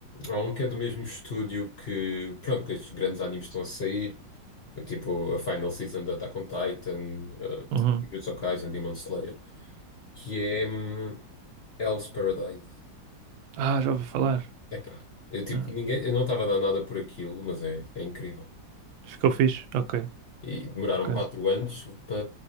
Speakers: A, on the left; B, on the right.
A: há um que é do mesmo estúdio que, pronto, que estes grandes animes estão a sair, tipo a Final Season de Attack on Titan, uh,
B: Uhum.
A: Jujutsu Kaisen, Demon Slayer, que é hum, Hell's Paradise.
B: Ah, já ouvi falar.
A: Epá, eu, tipo,
B: Ah,
A: ninguém, eu não estava a dar nada por aquilo, mas é, é incrível.
B: Ficou fixe? Ok,
A: E demoraram
B: ok.
A: quatro anos para.